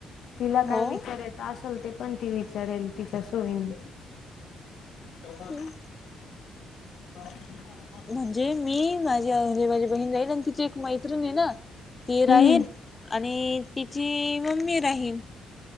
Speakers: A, on the left; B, on the left.
A: तिला काय
B: हो
A: विचाराय असल ते पण ती विचारेल तिच्या सोयीनी आता
B: हम्म.
A: <unintelligible>
B: म्हणजे मी माझी म्हणजे माझी बहीण जाईल आणि तिची एक मै त्रीण ये ना ती राहील
A: हम्म
B: आणि तिची मम्मी राहील.